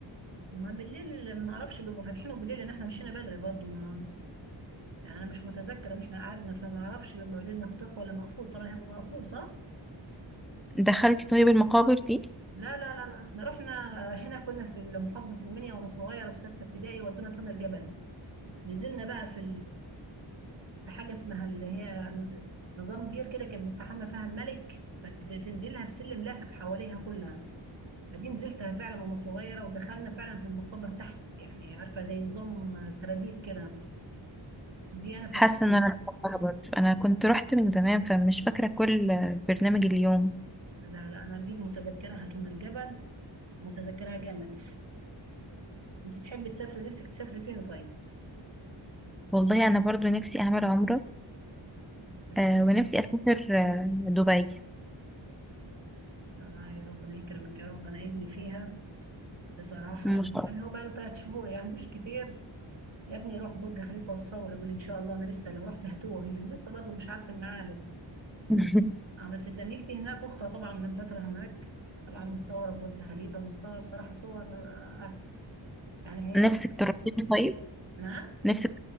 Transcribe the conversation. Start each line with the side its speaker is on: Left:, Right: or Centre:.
Right: ما بالليل ما اعرفش بيبقوا فاتحين وبالليل ان احنا مشينا بدري برضو ما يعني انا مش متذكره ان احنا قعدنا فما اعرفش بيبقى بالليل مفتوح ولا مقفول طبعا هيبقى مقفول صح؟
Centre: دخلتي طيب المقابر دي
Right: لا لا لا لا احنا رحنا هنا كنا في محافظه المنيا وانا صغيره في سته ابتدائي ودونا تونا الجبل نزلنا بقى في في حاجة اسمها اللي هي نظام بير كده كان بيستحمى فيها الملك فتنزلها بسلم لافف حواليها كلها فدي نزلتها فعلا وانا صغيرة ودخلنا فعلا في المقبرة تحت يعني عارفة زي نظام سراديب كده دي انا فاكراها
Centre: حاسة إن أنا بحبها برضو أنا كنت رحت من زمان فمش فاكرة كل برنامج اليوم
Right: لا لا انا دي متذكرها دون الجبل متذكرها جامد انت تحبي تسافري نفسك تسافري فين طيب؟
Centre: والله أنا برضو نفسي أعمل عمرة
Right: الكلام.
Centre: آه ونفسي أسافر آه دبي
Right: الله يا ربنا يكرمك يا رب انا ابني فيها بصراحة
Centre: ما
Right: بس
Centre: شاء
Right: يعني هو بقاله ثلاث شهور يعني مش كتير يا ابني روح برج خليفة وتصور يقول إن شاء الله أنا لسه لو رحت هتوه يعني لسه برضه مش عارف المعالم
Centre: الله
Right: آه بس زميلتي هناك أختها طبعا من فترة هناك طالعة متصورة ببرج خليفة ومتصورة بصراحة صور آه، يعني
Centre: <laughs>
Right: هي
Centre: نفسك
Right: أخت-
Centre: تروحي طيب
Right: نعم
Centre: نفسك